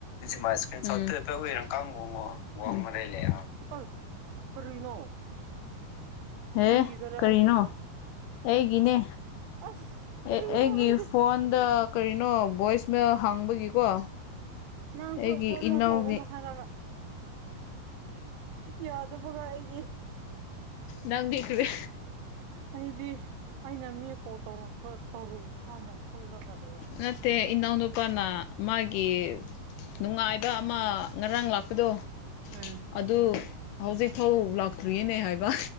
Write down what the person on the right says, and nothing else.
ꯑꯥꯢ ꯀꯔꯤꯅꯣ
ꯅꯪꯒꯤꯗꯔ
ꯑꯩꯒꯤꯗꯔ
ꯑꯁ ꯀꯔꯤꯅꯣ
ꯍꯥꯏꯗꯤ
ꯅꯪꯁꯨ
ꯖꯥꯠ
ꯖꯥꯠ ꯇꯧꯒꯥꯅꯨ ꯍꯥꯏꯔꯕ ꯌꯥꯗꯕ ꯒꯥ ꯑꯩꯒꯤ
ꯑꯩꯗꯤ ꯑꯩꯅ ꯃꯤ ꯀꯣꯜ ꯇꯧꯔꯛꯄ꯭ꯔꯣ ꯇꯧꯔꯨꯕꯣꯅ ꯈꯜꯂꯒ ꯂꯩ
ꯑꯝ